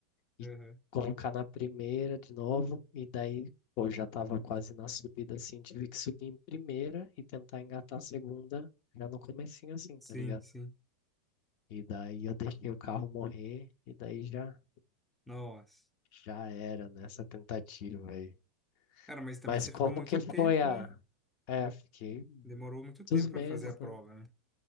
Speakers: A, on the left; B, in the centre.
A: e
B: Aham.
A: colocar na primeira de novo, e daí pô, já estava quase na subida assim, tive que subir em primeira e tentar engatar a segunda já no comecinho assim,
B: Sim,
A: tá ligado?
B: sim.
A: E daí eu deixei o carro morrer e daí já
B: Nossa.
A: já era nessa tentativa aí.
B: Cara, mas também
A: Mas
B: você
A: como
B: ficou muito
A: que foi
B: tempo,
A: a...
B: né?
A: É, fiquei muitos
B: Demorou muito tempo
A: meses,
B: pra fazer a prova,
A: né?
B: né?